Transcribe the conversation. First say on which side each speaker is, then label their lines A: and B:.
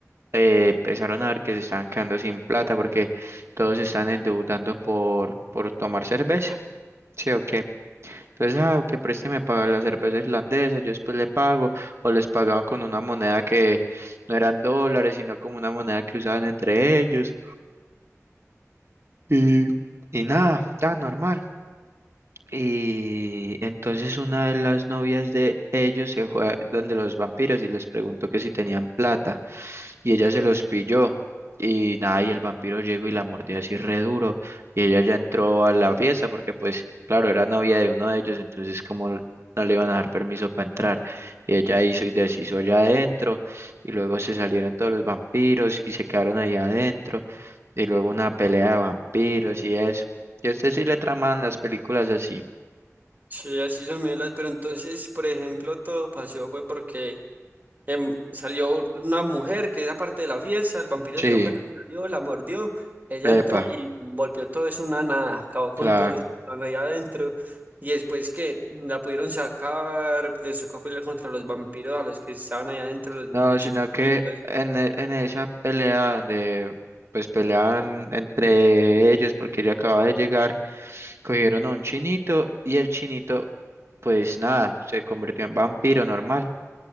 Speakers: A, on the right (about 55°); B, on the right (about 35°).
A: eh, empezaron a ver que se estaban quedando sin plata porque todos se están endeudando por, por tomar cerveza. Sí, ok. Entonces, ah, que présteme para la cerveza irlandesa, yo después le pago, o les pagaban con una moneda que no eran dólares, sino como una moneda que usaban entre ellos. Y, y nada, tan normal. Y entonces una de las novias de ellos se fue donde los vampiros y les preguntó que si tenían plata. Y ella se los pilló. Y nada, y el vampiro llegó y la mordió así re duro. Y ella ya entró a la fiesta porque pues, claro, era novia de uno de ellos, entonces como no le iban a dar permiso para entrar. Y ella hizo y deshizo allá adentro. Y luego se salieron todos los vampiros y se quedaron ahí adentro. Y luego una pelea de vampiros y eso. Yo a usted sí le traman las películas así.
B: Sí, así son melas, pero entonces, por ejemplo, todo pasó fue porque em, salió una mujer que era parte de la fiesta, el vampiro
A: Sí,
B: se dio cuenta que salió, la mordió, ella entró
A: epa,
B: y volvió todo eso una nada, acabó con
A: claro.
B: todo lo que estaban ahí adentro, y después que la pudieron sacar, les tocó pelear contra los vampiros, a los que estaban ahí adentro, los nichecitos,
A: No, sino que en, e- en esa pelea donde pues peleaban entre ellos porque ella acaba de llegar, cogieron a un chinito y el chinito pues nada, se convirtió en vampiro normal.